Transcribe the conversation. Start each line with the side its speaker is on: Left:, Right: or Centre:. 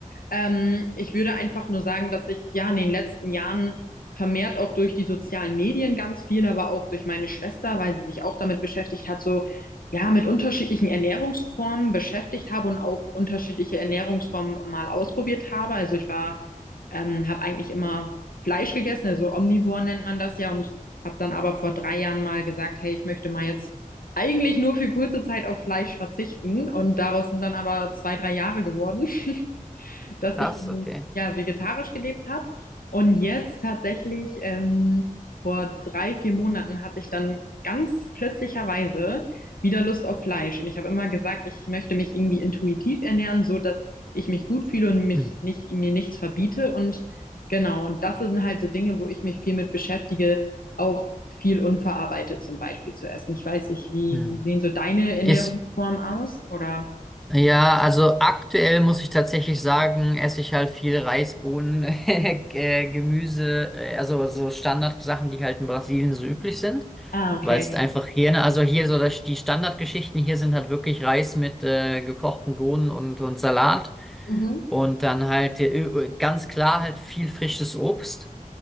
Left: Ähm, ich würde einfach nur sagen, dass ich ja in den letzten Jahren vermehrt auch durch die sozialen Medien ganz viel, aber auch durch meine Schwester, weil sie sich auch damit beschäftigt hat, so ja, mit unterschiedlichen Ernährungsformen beschäftigt habe und auch unterschiedliche Ernährungsformen mal ausprobiert habe. Also ich war, ähm, habe eigentlich immer Fleisch gegessen, also omnivor nennt man das ja, und habe dann aber vor drei Jahren mal gesagt, hey, ich möchte mal jetzt eigentlich nur für kurze Zeit auf Fleisch verzichten. Und daraus sind dann aber zwei, drei Jahre geworden. <laughs> dass
Centre: Das,
Left: ich ähm,
Centre: okay.
Left: ja vegetarisch gelebt habe. Und jetzt tatsächlich ähm, vor drei, vier Monaten hatte ich dann ganz plötzlicherweise wieder Lust auf Fleisch. Und ich habe immer gesagt, ich möchte mich irgendwie intuitiv ernähren, so dass ich mich gut fühle und mich
Centre: Hm.
Left: nicht, mir nichts verbiete. Und genau, und das sind halt so Dinge, wo ich mich viel mit beschäftige, auch viel unverarbeitet zum Beispiel zu essen. Ich weiß nicht, wie,
Centre: Hm.
Left: wie sehen so deine Ernährungsformen
Centre: Isst
Left: aus? Oder?
Centre: Ja, also aktuell muss ich tatsächlich sagen, esse ich halt viel Reisbohnen, <laughs> äh, Gemüse, äh, also so Standardsachen, die halt in Brasilien so üblich sind,
Left: Ah, okay.
Centre: weil es einfach hier, ne, also hier so das, die Standardgeschichten hier sind halt wirklich Reis mit äh, gekochten Bohnen und, und Salat
Left: Mhm.
Centre: und dann halt äh, ganz klar halt viel frisches Obst.